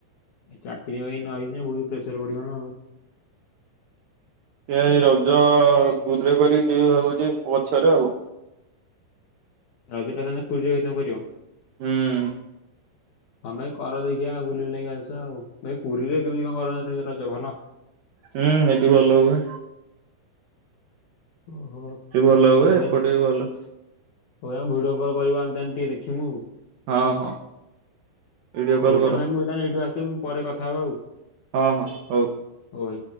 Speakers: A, on the left (about 80°); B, on the right (about 85°).
A: ଚାକିରି ବାକିରି ନ ହେଇିଥିଲେ ବହୁତ ପ୍ରେସର ପଡିବନ ନା ଆଉ।
B: ସେଇଆ ଏଇ ରଜ ପୁରୀରେ କରି ଯିବି ଭାବୁଛି ପଛରେ ଆଉ।
A: ରଜଟା ତାହେଲେ ପୁରୀରେ ଭାଇ ତମେ କରିବ?
B: ହୁଁ ଉଁ।
A: ତମେ କର ଦେଖିବା ଆଉ ବୁଲି ବୁଲାକି ଆସ ଆଉ ଭାଇ ପୁରୀରେ କେମିତି କଣ ରଜ ଭଲ?
B: ହୁଁ ହେଠି ଭଲ ହୁଏ।
A: ଓହୋ ମୋବାଇଲ
B: ସେଠି ଭଲ ହୁଏ ଏପଟେ ବି ଭଲ।
A: ହଉ ଆମେ ଭିଡିଓ କଲ କରିବୁ ଆମେ ତାନେ ଟିକେ ଦେଖିମୁ ଆଉ।
B: ହଁ ହଁ। ଭିଡିଓ
A: ହଉ
B: କଲ୍
A: ତାହେଲେ
B: କର
A: ଭାଇ ମୁଁ ତାହେଲେ ଏଇଠୁ ଆସିବି ପରେ କଥା ହେବା ଆଉ।
B: ହଁ ହଁ ହଉ।
A: ଓଇ।